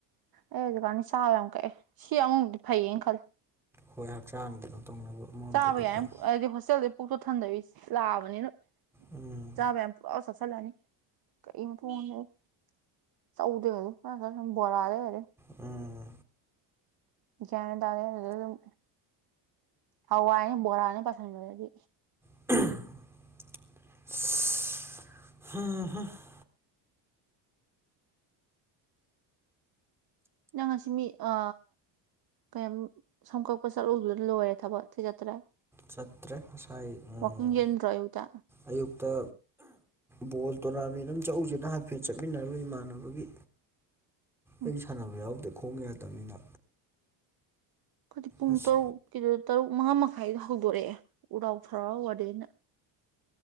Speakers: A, on the right; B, in the centre.
A: ꯑꯩ ꯍꯧꯖꯤꯛꯀꯥꯟꯗꯤ ꯆꯥꯕ ꯌꯥꯝ ꯀꯛꯑꯦ ꯁꯤ ꯑꯃꯔꫭꯝꯗꯗꯤ ꯐꯩꯌꯦꯅ ꯈꯜꯂꯦ
B: ꯍꯣꯏ ꯍꯛꯆꯥꯡꯗꯤ ꯗꯨꯝ ꯇꯧꯅꯕ ꯑꯃꯔꯣꯝꯗꯗꯤ
A: ꯆꯥꯕ ꯌꯥꯏ
B: ꯐꯩ
A: ꯍꯥꯏꯗꯤ ꯍꯣꯁꯇꯦꯜꯗꯩ ꯄꯨꯛꯇꯣ ꯊꯟꯗꯕꯤ ꯂꯥꯛꯑꯕꯅꯤꯅ꯫
B: ꯎꯝ
A: ꯆꯥꯕ ꯌꯥꯕ ꯄꯨꯡ ꯆꯥ ꯆꯥꯁꯜꯂꯅꯤ ꯀꯩ ꯃꯊꯣꯡ ꯃꯔꯝ ꯈꯪꯗꯉꯩ꯫ ꯆꯧꯗꯩ ꯀꯩꯗꯩ <unintelligible> ꯕꯣꯔꯥꯗꯩ ꯀꯩꯗꯩ
B: ꯎꯝ
A: ꯒ꯭ꯌꯥꯟ ꯇꯥꯗꯦ ꯑꯗꯨꯗꯗꯨꯝ ꯍꯋꯥꯢꯅꯦ ꯕꯣꯔꯥꯅꯦ ꯄꯥꯁꯟꯈ꯭ꯔꯥꯗꯤ
B: <inaudible>
A: ꯅꯪ ꯉꯁꯤ ꯃꯤ ꯑ ꯀꯩꯝ ꯁꯝ ꯀꯛꯄ ꯆꯠꯂꯨꯕꯗꯨꯅ ꯂꯣꯏꯔꯦ ꯊꯕꯛ ꯑꯇꯩ ꯆꯠꯇ꯭ꯔꯦ꯫
B: ꯆꯠꯇ꯭ꯔꯦ ꯉꯁꯥꯏ ꯎꯝ
A: ꯋꯥꯛꯀꯤꯡ ꯆꯦꯟꯗ꯭ꯔꯣ ꯑꯌꯨꯛꯇ
B: ꯑꯌꯨꯛꯇ꯫ ꯕꯣꯜ ꯇꯣꯔꯅꯥꯃꯦꯟ ꯑꯃ ꯆꯧꯖꯦꯅ ꯍꯥꯏꯐꯦꯠ ꯆꯠꯃꯤꯟꯅꯔꯨꯢ ꯏꯃꯥꯟꯅꯕꯒꯤ꯫
A: <inaudible>
B: ꯑꯩ ꯁꯥꯟꯅꯕ ꯌꯥꯎꯗꯦ ꯈꯣꯡ ꯌꯥꯗꯝꯅꯤꯅ꯫
A: ꯈꯣꯏꯗꯤ ꯄꯨꯡ
B: ꯑꯁ
A: ꯇꯔꯨꯛ ꯀꯤꯗꯨ ꯇꯔꯨꯛ ꯃꯉꯥ ꯃꯈꯥꯏꯗꯨꯗ ꯍꯧꯗꯣꯔꯛꯑꯦ ꯎꯔꯥꯎ ꯊꯔꯥꯎꯔ ꯋꯥꯔꯗꯦꯟꯅ꯫